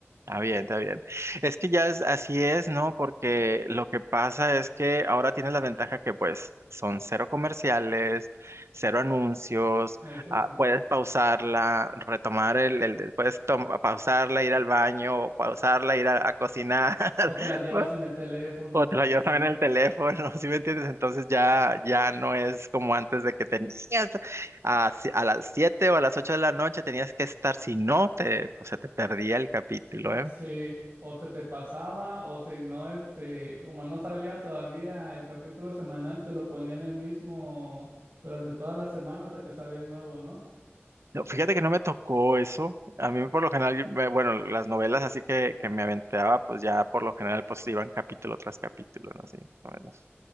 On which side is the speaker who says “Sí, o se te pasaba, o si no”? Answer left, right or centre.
Right